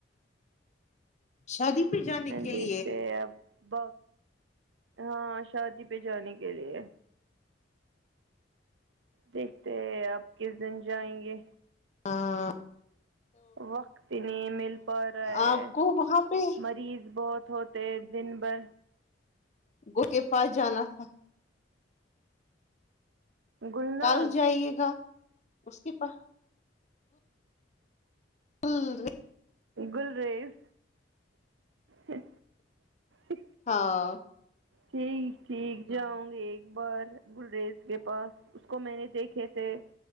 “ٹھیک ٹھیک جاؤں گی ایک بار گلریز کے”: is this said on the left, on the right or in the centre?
Right